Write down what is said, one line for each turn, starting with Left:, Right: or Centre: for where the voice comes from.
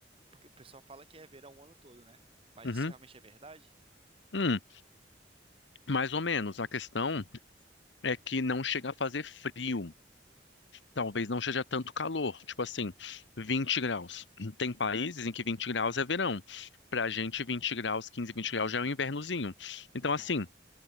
Right: Porque o pessoal fala que é verão o ano todo, né? Mas
Left: Uhum.
Right: isso realmente é verdade?
Left: Hum, mais ou menos. A questão é que não chega a fazer frio. Talvez não seja tanto calor, tipo assim, 20 graus. Tem países em que 20 graus é verão. Pra gente, 20 graus, 15, 20 graus já é um invernozinho. Então, assim,
Right: Ah,